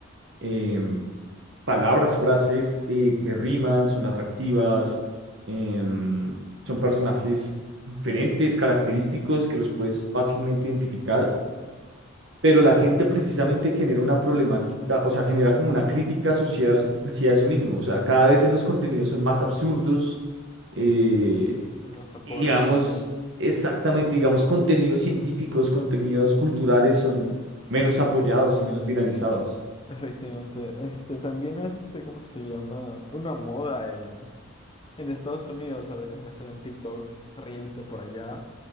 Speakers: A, on the right (about 60°); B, on the left (about 25°).
A: em, palabras, frases eh, que riman, son atractivas, em, son personajes diferentes, característicos que los puedes fácilmente identificar, pero la gente
B: Eh,
A: precisamente genera una problemática, o sea, genera como una crítica social hacia eso mismo, o sea, cada vez los contenidos son más absurdos, eh,
B: me los aportan,
A: y digamos,
B: sí.
A: exactamente, digamos, contenidos científicos, contenidos culturales son menos apoyados y menos viralizados.
B: Efectivamente. Este, también este, ¿cómo se llama? Una moda en, en Estados Unidos. A veces me salen TikToks, reels de por allá.